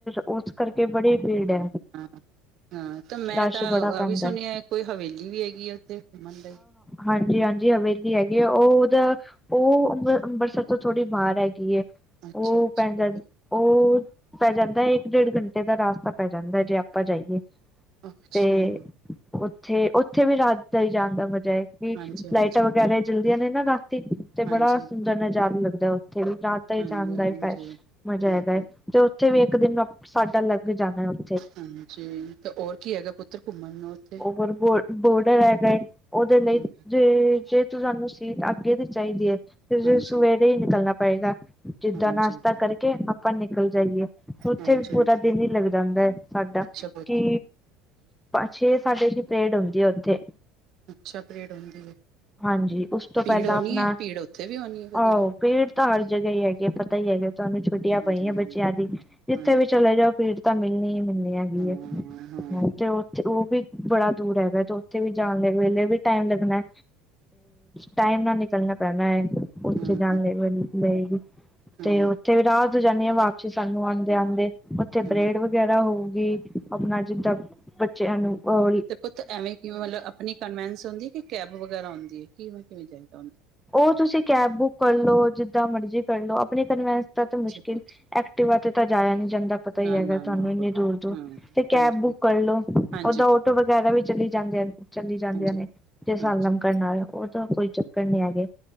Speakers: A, in the centre; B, on the right.
A: ਉਸ ਕਰਕੇ ਉੱਥੇ ਬੜੀ ਭੀੜ ਹੈ।
B: ਹਾਂ-ਹਾਂ ਤਾਂ ਮੈਂ
A: ਰਸ਼
B: ਤਾਂ
A: ਬੜਾ
B: ਆ
A: ਪੈਂਦਾ
B: ਵੀ ਸੁਣਿਆ
A: ਹੈ
B: ਕੋਈ ਹਵੇਲੀ ਵੀ ਹੈਗੀ ਏ ਉੱਥੇ ਘੁੰਮਣ ਲਈ।
A: ਹਾਂਜੀ-ਹਾਂਜੀ ਹਵੇਲੀ ਹੈਗੀ ਆ ਉਹ ਉਹਦਾ ਉਹ ਅੰਬਰਸਰ ਤੋਂ ਥੋੜੀ ਬਾਰ ਹੈਗੀ ਹੈ।
B: ਅੱਛਾ
A: ਉੱਥੇ
B: ਅੱਛਾ
A: ਪੈ
B: ਪੁੱਤ
A: ਜਾਂਦਾ-ਉਹ ਪੈ ਜਾਂਦਾ ਇੱਕ-ਡੇਢ ਘੰਟ ਇਹਦਾ ਰਾਸਤਾ ਪੈ ਜਾਂਦਾ ਏ ਜੇ ਆਪਾਂ ਜਾਈਏ
B: ਅੱਛਾ
A: ਤੇ ਉੱਥੇ ਉੱਥੇ ਵੀ ਰਾਤ ਦਾ ਹੀ ਜਾਣ ਦਾ ਮਜ਼ਾ ਹੈ ਕਿ
B: ਹਾਂਜੀ ਹਾਂਜੀ ਹਾਂਜੀ
A: ਲਾਈਟਾਂ ਵਗੈਰਾ ਜਿਲਦੀਆਂ ਨੇ ਨਾ ਰਾਤੀ ਤੇ
B: ਹਾਂਜੀ
A: ਬੜਾ ਸੁੰਦਰ ਨਜ਼ਾਰਾ ਲੱਗਦਾ ਉੱਥੇ ਵੀ ਰਾਤ ਦਾ ਹੀ
B: ਹਾਂਜੀ
A: ਜਾਣਦਾ
B: ਹਾਂਜੀ
A: ਫੈ ਮਜ਼ਾ
B: ਹਾਂਜੀ
A: ਹੈਗਾ ਹੈ ਤੇ ਉੱਥੇ ਵੀ ਇੱਕ ਦਿਨ ਸਾਡਾ ਲੱਗ ਜਾਣਾ ਏ
B: ਹਾਂਜੀ, ਹੋਰ ਕੀ ਹੈਗਾ ਪੁੱਤ ਘੁੰਮਣ ਨੂੰ ਉੱਥੇ?
A: ਹੋਰ ਬੋਰਡਰ ਹੈਗਾ ਏ ਉਹਦੇ
B: ਹੂੰ,
A: ਲਈ ਜੇ ਸਾਨੂੰ ਸੀਟ ਅੱਗੇ ਦੀ ਚਾਹੀਦੀ ਹੈ, ਤੇ ਤੁਹਾਨੂੰ
B: ਹਾਂਜੀ
A: ਸਵੇਰੇ ਹੀ ਨਿਕਲਣਾ ਪਵੇਗਾ। ਜਿਦਾਂ
B: ਹਾਂਜੀ
A: ਨਾਸ਼ਤਾ ਕਰਕੇ ਆਪਾਂ ਨਿਕਲ ਜਾਈਏ ਤੇ ਉੱਥੇ
B: ਹਾਂਜੀ
A: ਪੂਰਾ
B: ਹਾਂਜੀ
A: ਦਿਨ
B: ਪੁੱਤ
A: ਹੀ ਲੱਗ ਜਾਂਦਾ ਹੈ ਸਾਡਾ
B: ਅੱਛਾ ਪੁੱਤ
A: ਕਿ ਛੇ-ਸਾਡੇ ਛੇ ਪਰੇਡ ਹੁੰਦੀ ਐ ਉੱਥੇ।
B: ਅੱਛਾ ਭੀੜ ਹੁੰਦੀ ਹੈ
A: ਹਾਂਜੀ, ਉਸ ਤੋਂ
B: ਭੀੜ
A: ਪਹਿਲਾਂ
B: ਹੋਣੀ
A: ਆਪਣਾ
B: ਹੈ ਭੀੜ ਉੱਥੇ ਵੀ ਹੋਣੀ ਹੈ ਬਥੇਰੀ
A: ਆਹ ਫੇਰ ਤਾਂ ਹਰ ਜਗ੍ਹਾ ਹੀ ਹੈਗੀ ਏ, ਪਤਾ ਹੀ ਹੈਗਾ ਤੁਹਾਨੂੰ, ਛੁੱਟੀਆਂ
B: ਹਾਂਜੀ
A: ਪਈਆਂ ਬਚਿਆਂ ਦੀ, ਇਸ ਕਰਕੇ ਜਿੱਥੇ
B: ਹਾਂਜੀ
A: ਵੀ ਚਲੇ ਭੀੜ ਤਾਂ ਮਿਲਣੀ ਹੀ ਮਿਲਣੀ ਹੈਗੀ
B: ਹਾਂ ਹਾਂ
A: ਹੈ
B: ਹਾਂ
A: ਤੇ ਉ ਤੇ ਉਹ ਵੀ ਬੜਾ ਦੂਰ ਹੈਗਾ, ਤੇ ਉੱਥੇ ਵੀ ਜਾਣ ਦੇ ਵੇਲੇ ਵੀ ਟਾਇਮ ਲੱਗਣਾ। ਟਾਈਮ ਨਾਲ ਨਿਕਲਣਾ ਪੈਣਾ ਹੈ
B: ਹਾਂ
A: ਉੱਥੇ ਜਾਣ ਲਈ ਲਏਗੀ
B: ਹਮ
A: ਤੇ ਤੇ ਵੀ ਰਾਤ ਹੋ ਜਾਂਦੀ ਹਾਂ ਵਾਪਸੀ ਸਾਨੂੰ ਆਂਦੇ-ਆਂਦੇ। ਉੱਥੇ
B: ਹਮ
A: ਪਰੇਡ ਵਗੈਰਾ ਹੋਊਗੀ ਆਪਣਾ ਜਿੱਦਾਂ ਬੱਚਿਆਂ ਨੂੰ ਉਹ
B: ਤੇ ਪੁੱਤ ਐਵੇਂ ਕਿਵੇਂ? ਮਤਲਬ ਉੱਥੇ ਅਪਣੀ ਕਨਵੈਂਸ ਹੁੰਦੀ ਏ ਯਾਂ ਕੈਬ ਵਗੈਰਾ ਹੁੰਦੀ ਏ ਕਿਵੇਂ ਜਾਈ ਦਾ ਹੁੰਦਾ?
A: ਉਹ ਤੁਸੀਂ ਕੈਬ ਬੁੱਕ ਕਰ ਲੋ ਜਿੱਦਾਂ ਮਰਜ਼ੀ ਕਰ ਲੋ ਆਪਣੀ ਕਨਵੈਂਸ ਦਾ
B: ਅੱਛਾ
A: ਮੁਸ਼ਕਿਲ
B: ਪੁੱਤ
A: ਐਕ ਟਿਵਾ ਤੇ ਜਾਇਆ ਨੀ ਜਾਂਦਾ। ਪਤਾ ਹੀ
B: ਨਾ
A: ਹੈਗਾ
B: ਨਾ
A: ਤੁਹਾਨੂੰ,
B: ਨਾ
A: ਇੰਨੀ
B: ਪੁੱਤ
A: ਦੂਰ ਜਾਣ
B: ਹਾਂ
A: ਤੇ ਕੈਬ
B: ਹਾਂਜੀ
A: ਬੁੱਕ
B: ਪੁੱਤ
A: ਕਰ ਲਓ। ਨਹੀਂ
B: ਹਾਂਜੀ
A: ਤਾਂ
B: ਪੁੱਤ
A: ਆਟੋ ਵਗੈਰਾ ਵੀ ਚਲੇ ਹੀ ਜਾਂਦੇ ਹਨ। ਚੱਲੀ ਜਾਂਦੀਆਂ
B: ਹਾਂਜੀ
A: ਨੇ
B: ਪੁੱਤ
A: ਤੇ ਸਾਲਮ
B: ਹਾਂਜੀ
A: ਕਰਨਾ ਹੈਗਾ ਉਹ ਤਾਂ ਕੋਈ ਚੱਕਰ ਨੀ ਹੈਗੇ।